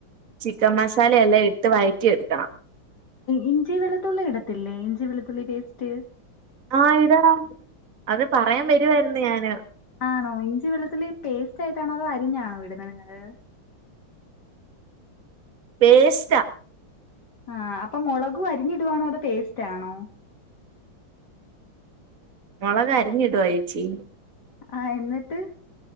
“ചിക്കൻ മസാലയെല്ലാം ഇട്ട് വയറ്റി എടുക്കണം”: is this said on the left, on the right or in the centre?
Right